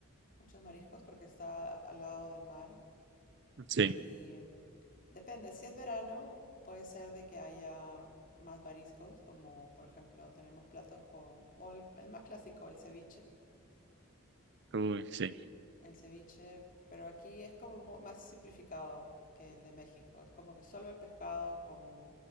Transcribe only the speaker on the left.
muchos mariscos porque está al lado del mar. Y
depende, si es verano, puede ser de que haya más mariscos, como por ejemplo tenemos platos con, o el, el más clásico, el ceviche.
El ceviche, pero aquí es como mo- más simplificado que el de México. Es como que solo el pescado con